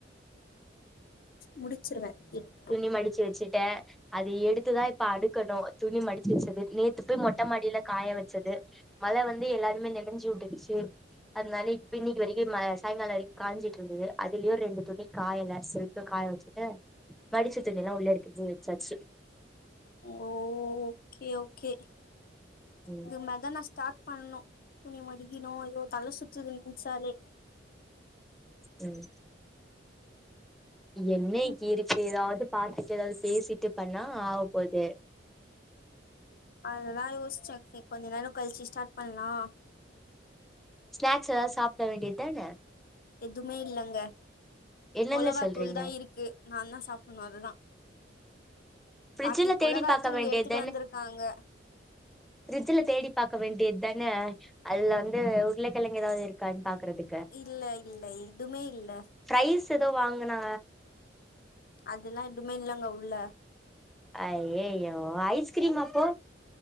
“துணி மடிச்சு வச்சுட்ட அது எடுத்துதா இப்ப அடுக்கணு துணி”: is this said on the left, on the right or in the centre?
Centre